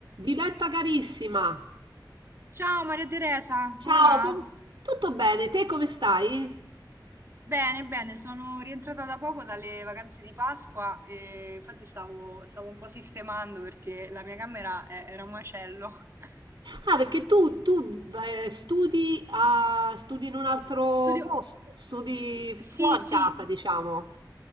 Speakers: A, on the right; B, on the right.
A: Diletta carissima,
B: Ciao Maria Teresa,
A: ciao,
B: come va?
A: com- tutto bene? Te come stai?
B: Bene, bene, sono rientrata da poco dalle vacanze di Pasqua e infatti stavo, stavo un po' sistemando perché la mia camera eh, era un macello. <laughs>
A: Ah, perché tu, tu, eh, studi, a- studi in un altro
B: Studio...
A: posto, studi fuori
B: Sì, sì,
A: casa, diciamo.